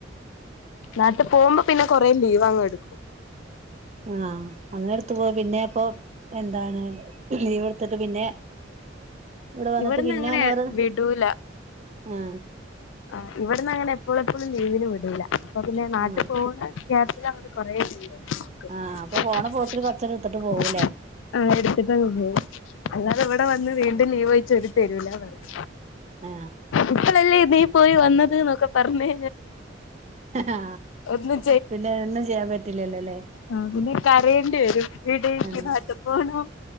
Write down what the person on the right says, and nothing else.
ആഹ് അങ്ങനെ എടുത്തു പോയ പിന്നെ അപ്പൊ എന്താണ് ലീവ് എടുത്തിട്ട് പിന്നെ ഇവടെ വന്നിട്ട്
പിന്നെ
ന്ന രോന്ന്
ആ
ആ
ആ അപ്പൊ പോണ പോക്കില് കൊറച്ചേരം എടുത്തിട്ട് പോവൂല്ലേ
ആ
ആ
പിന്നെ ഒന്നും ചെയ്യാൻ പറ്റില്ലല്ലോല്ലേ
ആ